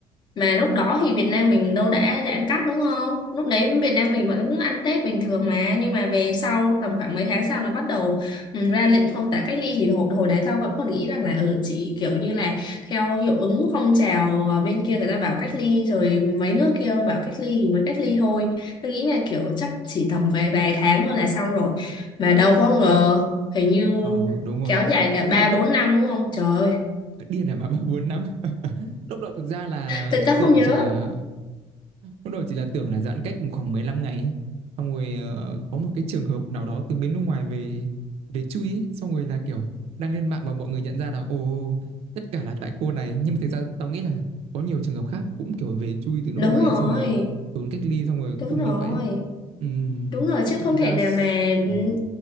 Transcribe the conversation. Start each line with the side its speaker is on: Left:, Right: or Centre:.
Left: Mà lúc đó thì Việt Nam mình đâu đã giãn cách đúng không? Lúc đấy Việt Nam mình vẫn ăn Tết bình thường mà nhưng mà về sau tầm khoảng mấy tháng sau là bắt đầu ừ, ra lệnh phong tỏa cách ly thì hồi, hồi đấy tao vẫn còn nghĩ rằng là ở ừ, chỉ kiểu như là theo hiệu ứng phong trào à, bên kia người ta bảo cách ly rồi mấy nước kia bảo cách ly thì mới cách ly thôi tôi nghĩ là kiểu chắc chỉ tầm vài vài tháng thôi là xong rồi mà đâu có ngờ hình như
Right: Ờ, đúng rồi.
Left: kéo dài cả
Right: Tức
Left: ba
Right: là lúc
Left: bốn năm đúng không trời ơi,
Right: ờ, điên này mà <laughs> bà bốn năm. Lúc đó thực ra là
Left: tôi chắc
Right: tưởng
Left: không nhớ
Right: chỉ là Lúc đầu chỉ là tưởng là giãn cách khoảng 15 ngày ấy. Xong rồi ờ, có một cái trường hợp nào đó từ bên nước ngoài về về chui ấy. Xong rồi là kiểu đăng lên mạng và mọi người nhận ra là ồ tất cả là tại cô này. Nhưng mà thực ra tao nghĩ là có nhiều trường hợp khác cũng kiểu về chui từ nước
Left: đúng
Right: ngoài
Left: rồi
Right: ấy. Xong rồi trốn cách ly xong rồi cuối
Left: đúng
Right: cùng
Left: rồi
Right: như vậy á. Ừ.
Left: Đúng rồi
Right: Thế
Left: chứ
Right: là
Left: không
Right: thành
Left: thể
Right: ra
Left: nào
Right: s-
Left: mà ừm,
Right: Ờ.